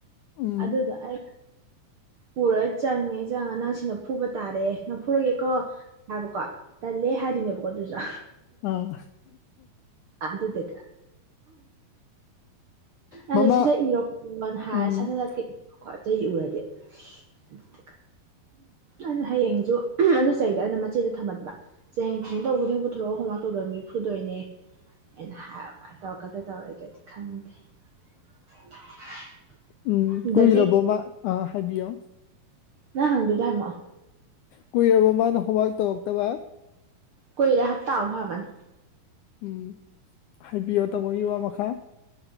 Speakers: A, on the left; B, on the right.
A: ꯎꯝ
B: ꯑꯗꯨꯗꯣ ꯑꯩ ꯄꯨꯔꯒ ꯆꯪꯉꯦ ꯆꯪꯉ ꯅꯪ ꯁꯤꯅ ꯐꯨꯕ ꯇꯥꯔꯦ ꯅꯪ ꯐꯨꯔꯒꯦꯀꯣ ꯍꯥꯏꯕꯀꯣ ꯇꯜꯂꯦ ꯍꯥꯢꯗꯣꯢꯅꯦꯕꯀꯣ ꯗꯨꯁꯨ
A: ꯑꯥ
B: ꯑꯗꯨꯗꯒ ꯑꯗꯨ
A: ꯃꯃꯥ
B: ꯁꯠ ꯁꯠ ꯏꯔꯣ ꯍꯥꯢꯔ
A: ꯎꯝ
B: ꯁꯠ ꯁꯠ ꯏꯌꯦꯕꯀꯣ ꯆꯩ ꯎꯔꯗꯤ ꯑꯗꯨꯗꯨꯒ
A: <inaudible>
B: ꯑꯩꯅ ꯍꯌꯦꯡꯁꯨ ꯑꯗꯨ ꯆꯩꯗꯣ ꯑꯩꯅ ꯃꯆꯦꯗ ꯊꯝꯃꯟꯕ <unintelligible> ꯄꯨꯊꯣꯔꯛꯑꯣ ꯍꯣꯝꯋꯥꯛ ꯇꯧꯗꯕ ꯃꯤ ꯐꯨꯗꯣꯏꯅꯦ ꯑꯩꯅ ꯍꯥꯏꯕ ꯃꯥ ꯇꯧꯔꯛꯀꯗ꯭ꯔꯥ ꯇꯧꯔꯛꯑꯣꯢꯗ꯭ꯔꯗꯤ ꯈꯪꯗꯦ <inaudible>
A: ꯎꯝ
B: ꯑꯗꯒꯤ
A: ꯀꯨꯏꯔꯕꯣꯕ ꯑꯥ ꯍꯥꯏꯕꯤꯌꯣ
B: ꯅꯪ ꯍꯪꯗꯣꯏꯗꯣ ꯍꯪꯉꯛꯑꯣ
A: ꯀꯨꯏꯔꯕꯣ ꯃꯥꯅ ꯍꯣꯝꯋꯥꯛ ꯇꯧꯔꯛꯇꯕ
B: ꯀꯨꯢꯔꯦ ꯍꯞꯇꯥ ꯃꯨꯛ ꯐꯥꯔꯝꯃꯅꯤ
A: ꯎꯝ ꯍꯥꯏꯕꯤꯌꯣ ꯇꯥꯃꯣꯒꯤ ꯋꯥ ꯃꯈꯥ